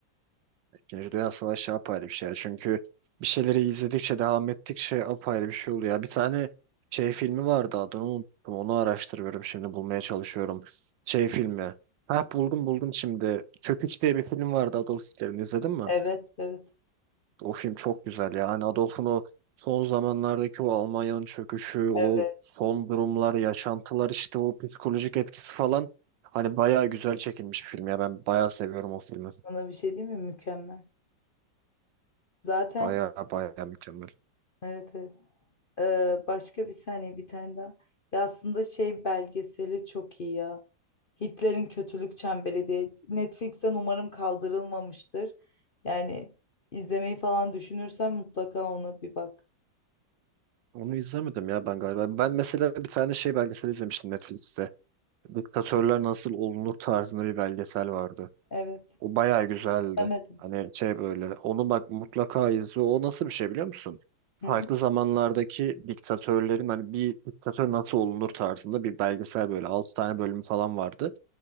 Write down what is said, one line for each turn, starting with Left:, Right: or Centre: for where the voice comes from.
Right: <laughs> İkinci Dünya Savaşı apayrı bir şey. ya. Çünkü bir şeyleri izledikçe, devam ettikçe apayrı bir şey oluyor. Bir tane şey filmi vardı adını unuttum. Onu araştırıyorum şimdi bulmaya çalışıyorum. Şey filmi. Ha buldum buldum şimdi. Çöküş diye bir film vardı Adolf Hitler'in izledin mi?
Left: Evet, evet.
Right: O film çok güzel ya. Hani Adolf'un o son zamanlardaki o Almanya'nın çöküşü,
Left: Evet.
Right: o son durumlar, yaşantılar işte o psikolojik etkisi falan hani bayağı güzel çekilmiş bir film ya. Ben bayağı seviyorum o filmi.
Left: Sana bir şey diyeyim mi? Mükemmel. Zaten
Right: Bayağı bayağı mükemmel.
Left: evet evet. Ee, başka bir saniye bir tane daha. Ya aslında şey belgeseli çok iyi ya. Hitler'in Kötülük Çemberi diye. Netflix'ten umarım kaldırılmamıştır. Yani izlemeyi falan düşünürsen mutlaka ona bir bak.
Right: Onu izlemedim ya ben galiba. Ben mesela bir tane şey belgesel izlemiştim Netflix'te. Diktatörler nasıl olunur tarzında bir belgesel vardı.
Left: Evet.
Right: O bayağı güzeldi.
Left: Demedim.
Right: Hani şey böyle onu bak mutlaka izle. O nasıl bir şey biliyor musun? Farklı
Left: Hı hı.
Right: zamanlardaki diktatörlerin hani bir diktatör nasıl olunur tarzında bir belgesel böyle 6 tane bölümü falan vardı.